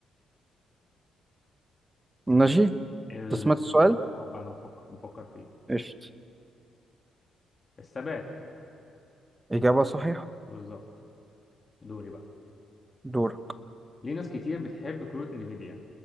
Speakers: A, on the right; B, on the left.
A: ماشي
B: ال...
A: أنت سمعت السؤال؟
B: اه بقى انا بفكر بفكر فيه
A: قشطة
B: الثبات
A: إجابة صحيحة
B: بالظبط دوري بقى
A: دورك
B: ليه ناس كتير بتحب كروت نفيديا